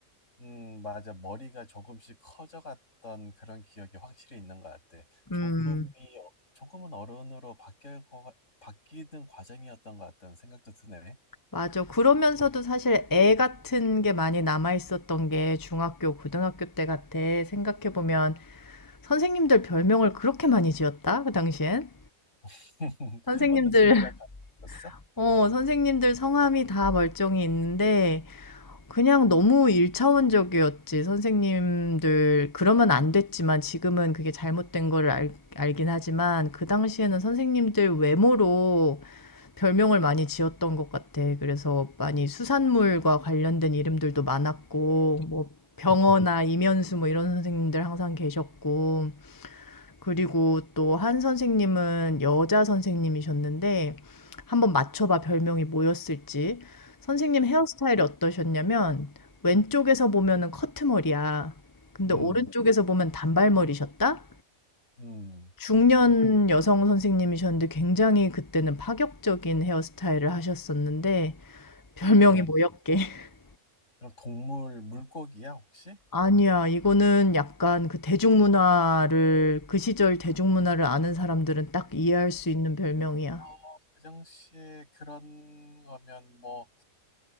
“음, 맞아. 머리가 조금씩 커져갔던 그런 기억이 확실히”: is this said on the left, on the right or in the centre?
Left